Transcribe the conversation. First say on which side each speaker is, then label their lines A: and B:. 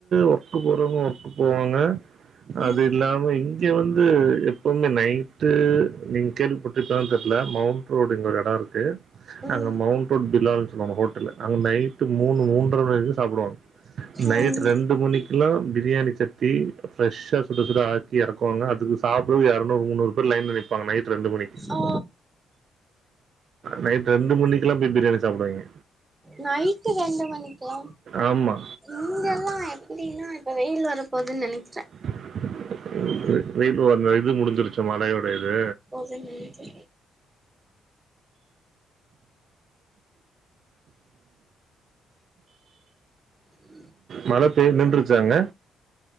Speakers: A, on the right; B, on the right.
A: ஒர்க்கு போறவங்க ஒர்க்கு போவாங்க அது
B: ம்
A: இல்லாம இங் இங்கே வந்து எப்பவுமே நைட்டு நீங்க கேள்விப்பட்டீருப்ப தெரியல மவ் ரோடு இங்க ஒரு எடோ இருக்கு
B: ம்
A: அங்க மவுண்ட் ரோட் பிலால்னு சொல்லுவாங்க ஹோட்டல் அங்க நைட் மூணு மூன்றரை மணி வரைக்கி சாப்புடுவாங்க நைட்
B: ம்
A: ரெண்டு மணிக் கில்லா ப்ரியாணி சட்டி ஃபிரஷா சுட சுட ஆக்கி எறக்குவாங்க அதுக்கு சாப்புட எரநூறு முன்னூறு பேரு லைன்ல நிப்பாங்க நைட் ரெண்டு மணிக்கி
B: ஓ
A: நைட் ரெண்டு மணிக்கெல்லா போய் ப்ரியாணி சாப்டுவங்க
B: நைட்டு ரெண்டு மணிக்கா
A: ஆமா.
B: இங்கெல்லா எப்டினா இப்போ வெய்யில் வரப்போதுனு நெனைக்
A: <unintelligible> இது முடிஞ்சிருச்சு மழயோட இது
B: அதா நெனைக்கே <inaudible>
A: மழை பே நின்றுருச்சாங்க